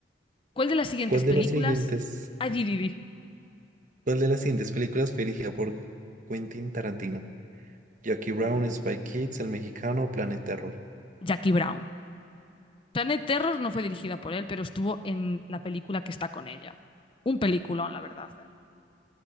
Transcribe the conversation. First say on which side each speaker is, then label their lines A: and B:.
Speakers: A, on the left; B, on the right.
A: ¿Cuál de las siguientes
B: ¿Cuál de
A: películas?
B: las siguientes,
A: Ay, di, di, di.
B: cuál de las siguientes películas fue dirigida por Quentin Tarantino? Jackie Brown, Spy Kids, El Mexicano, Planet Terror.
A: Jackie Brown. Planet Terror no fue dirigida por él, pero estuvo en la película que está con ella. Un peliculón, la verdad, ¿eh?